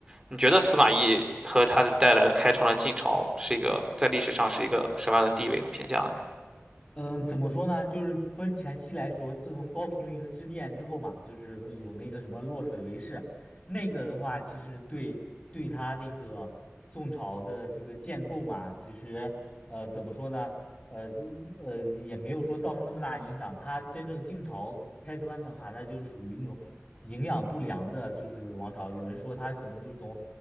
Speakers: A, on the right; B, on the left.
A: 你觉得司马懿和他的带来的开创了晋朝是一个在历史上是一个什么样的地位和评价呢？
B: 嗯，怎么说呢？就是分前期来说，自从高平陵之变之后嘛，就是有那个什么洛水为誓，那个的话，其实对对他那个宋朝的这个建构嘛，其实呃怎么说呢？呃，这呃也没有说造成那么大影响。他真正晋朝开端的话，那就是属于那种营养不良的，就是王朝。有人说他可能就从